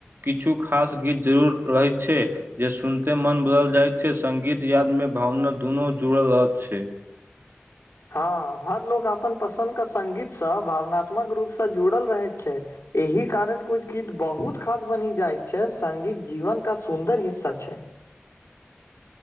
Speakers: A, on the right; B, on the left.
A: किछु खास गीत जरूर रहैत छै। जे सुनिते मन बदल जाइत छै संगीत यादमे भावना दुनू जुड़ल रह छै। <inaudible>
B: हँ हर लोक अपन पसन्द क संगीतसँ भावनात्मक रूपसँ जुड़ल रहैत छै। एहि कारण कुछ गीत बहुत खास बनि जाय छै सगीत जीवन का सुन्दर हिस्सा छै।